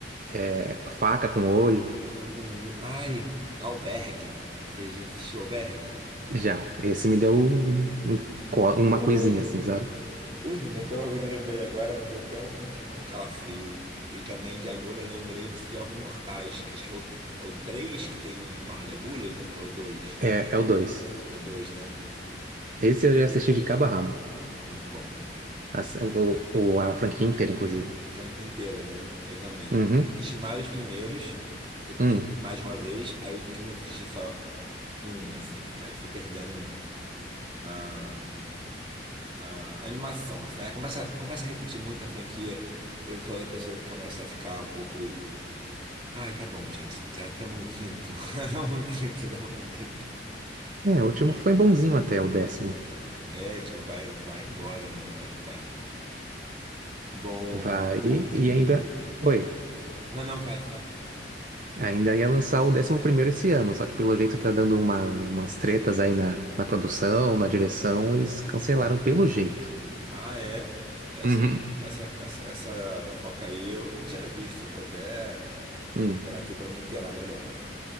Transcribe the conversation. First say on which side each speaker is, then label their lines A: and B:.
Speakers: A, on the right; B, on the right.
A: é, faca com olho.
B: ficar com. o- Ai, Albergue. Você já assistiu Albergue?
A: Já, esse me deu um- um co- uma
B: Ui,
A: coisinha assim, sabe?
B: ui, me deu até, um, eu me lembrei agora, me deu até um, um calafrio. E também de agulha eu lembrei de Jogos Mortais. que Acho que é o, é o 3 que tem um mar de agulhas, ou é o dois,
A: É, é o 2.
B: É o 2, né?
A: Esse eu já assisti de cabo a rabo.
B: Muito bom.
A: A, o, o- a franquia inteira, inclusive.
B: A franquia inteira, né? Eu também.
A: Uhum.
B: Eu Assisti mais os primeiros, repeti
A: Hum.
B: mais de uma vez, aí os últimos eu assisti só uma, assim, que aí fui perdendo. Ah. a animação, assim. Aí começa, começa a repetir muito a franquia. Eu sou a pessoa que começa a ficar um pouco. Ai, tá bom, gente. Já estamos no quinto. <laughs> Estamos no quinto, estamos no quinto.
A: É, o último foi bonzinho até o décimo.
B: É, tipo, vai, vai embora, né? Vai que vai. Bom,
A: Vai
B: bom, Vini.
A: e ainda. Oi.
B: Não, não, vai, fala.
A: Ainda ia lançar o décimo primeiro esse ano, só que pelo jeito tá dando uma- umas tretas aí na, na produção, na direção, eles cancelaram pelo jeito.
B: Ah, é? Essa,
A: Uhum.
B: essa, essa, essa fofoca aí eu não tinha visto. Eu Vou até
A: Hum,
B: procurar aqui pra me inteirar melhor.